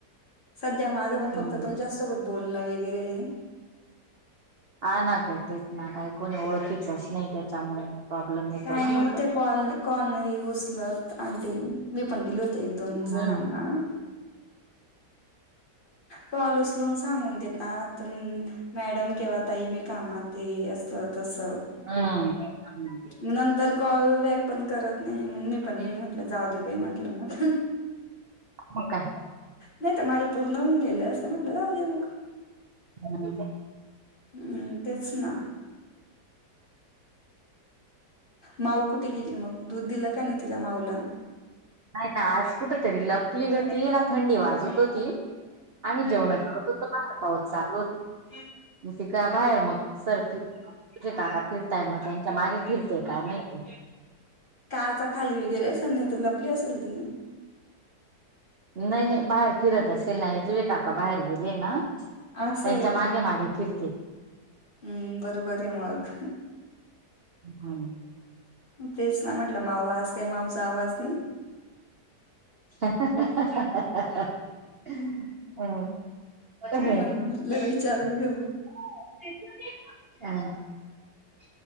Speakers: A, on the left; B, on the right.
A: सध्या माझं पण
B: हम्म
A: फक्त तुमच्या सोबत बोलणं वगैरे.
B: हा ना ग तेच ना, काही कोणी ओळखीचच नाही त्याच्यामुळे प्रॉब्लेम येतो
A: काही
B: ना
A: नाही होते
B: मग
A: कॉल. कॉल नाही उसलत आणि मी पंकिले होते एक दोन
B: हम्म
A: जणांना कॉल उचलून सांगून देतात, अ मॅडम केव्हा ताई मी कामात आहे असं. तस.
B: हम्म
A: नंतर कॉल बॅक पण करत नाही मग मी पण म्हटलं जाऊ दे बाई, म्हटलं मग.
B: हो का.
A: नाही तर माझे पूर्ण होऊन गेले असते. म्हटलं जाऊ दे मग.
B: <inaudible>
A: हम् तेच ना. माऊ कुठे गेली मग? दूध दिलं का नाही तिला? माऊला.
B: नाही ना आज कुठ तरी लपली होती. ना, थंडी वाज.. जत होती, आम्ही जेवण करत होतो. पाऊस चालू होत. मग ते का बाहेर मग सरत <unintelligible> फिरताय मग त्यांच्या मागे फिरतेय का, नाही.
A: कारचा खाली वगैरे असेल, नाही तर लपली असेल ती.
B: नाही, नाही बाहेर फिरत असेल, नाही तुझे काका बाहेर गेले ना.
A: असं
B: त्यांच्या
A: आहे
B: मागे
A: का,
B: मागे फिरते
A: हम् बरोबर आहे मग.
B: हम्म.
A: तेच ना म्हटलं माऊ, आज काही माउचा आवाज नाही.
B: हम अ ह.
A: म्हणून म्हटलं विचारून
B: <inaudible>
A: घेऊ
B: हा.